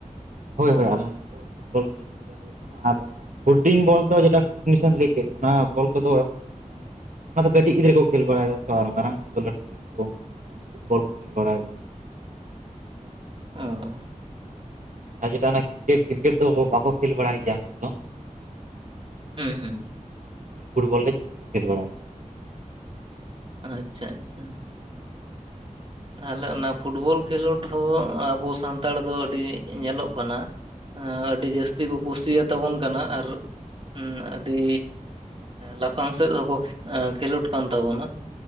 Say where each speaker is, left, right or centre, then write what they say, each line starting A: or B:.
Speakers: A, on the right; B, on the right.
A: ᱦᱚᱭ ᱦᱚᱭ ᱟᱞᱮᱰᱮᱚ ᱯᱷᱩᱴᱚᱞ ᱜᱮ ᱡᱟᱹᱥᱛᱤ <inaudible> ᱟᱨ ᱯᱷᱩᱰᱤᱝ ᱵᱚᱞ ᱫᱚ ᱡᱮᱴᱟ ᱯᱷᱩᱤᱥ ᱮᱢ ᱞᱟᱹᱭ ᱠᱮᱫ ᱚᱱᱟ ᱵᱚᱞ ᱠᱚᱫᱚ ᱢᱟᱱᱮ ᱚᱱᱟ ᱫᱚ ᱠᱟᱹᱴᱤᱡ ᱜᱤᱫᱽᱨᱟᱹ ᱠᱚ ᱠᱷᱮᱞ ᱵᱟᱲᱟᱭᱮᱫᱟ ᱛᱚ ᱟᱨ ᱢᱟᱨᱟᱝ ᱠᱚᱫᱚ ᱞᱟᱹᱴᱩ ᱞᱟᱹᱴᱩ ᱠᱚᱫᱚ ᱢᱟᱱᱮ ᱯᱷᱩᱴᱵᱚᱞ ᱠᱚ ᱠᱷᱮᱞ ᱵᱟᱲᱟᱭᱮᱫᱟ
B: ᱚ
A: ᱟᱨ ᱡᱮᱴᱟ ᱚᱱᱟ ᱠᱨᱤᱠᱮᱴ ᱠᱨᱤᱠᱮᱴ ᱫᱚ ᱵᱟᱠᱚ ᱠᱷᱮᱞ ᱵᱟᱲᱟᱭ ᱜᱮᱭᱟ ᱱᱤᱛ ᱫᱚ
B: ᱦᱮᱸ ᱦᱮᱸ
A: ᱯᱷᱩᱴᱵᱚᱞ ᱜᱮ ᱡᱟᱹᱥᱛᱤ ᱠᱷᱮᱞ ᱵᱟᱲᱟᱭ ᱜᱮᱭᱟ
B: ᱟᱪᱷᱟ ᱟᱪᱷᱟ ᱛᱟᱦᱚᱞᱮ ᱚᱱᱟ ᱯᱷᱩᱴᱵᱚᱞ ᱠᱷᱮᱞᱚᱰ ᱦᱚᱸ ᱟᱵᱚ ᱥᱟᱱᱛᱟᱲ ᱫᱚ ᱟᱹᱰᱤ ᱧᱮᱞᱚᱜ ᱠᱟᱱᱟ ᱟᱹᱰᱤ ᱡᱟᱹᱥᱛᱤ ᱠᱚ ᱠᱩᱥᱤᱭᱟᱛᱟᱵᱚᱱ ᱠᱟᱱᱟ ᱟᱨ ᱟᱹᱰᱤ ᱞᱟᱯᱷᱟᱝ ᱥᱮᱫ ᱦᱚᱸᱠᱚ ᱠᱷᱮᱞᱚᱰ ᱠᱟᱱ ᱛᱟᱵᱚᱱᱟ